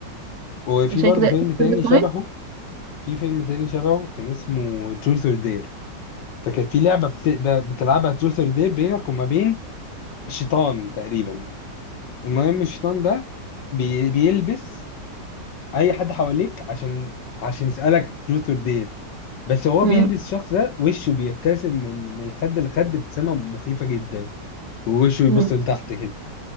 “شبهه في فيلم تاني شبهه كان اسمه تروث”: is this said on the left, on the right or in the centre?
Left